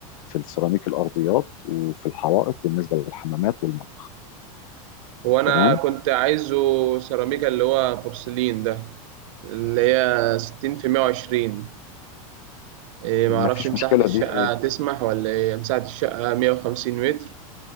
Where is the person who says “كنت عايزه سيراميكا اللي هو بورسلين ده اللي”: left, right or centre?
Right